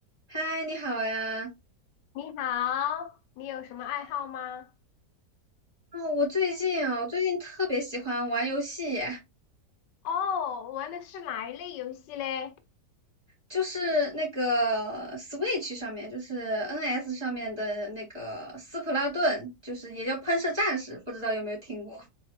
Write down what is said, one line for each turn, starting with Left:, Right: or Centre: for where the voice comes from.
Right: 嗨，你好呀！
Left: 你好，你有什么爱好吗？
Right: 哦，我最近啊，我最近特别喜欢玩游戏耶
Left: 哦，玩的是哪一类游戏嘞？
Right: 就是那个 Switch 上面，就是 NS 上面的那个《斯普拉顿》，就是也叫《喷射战士》，不知道有没有听过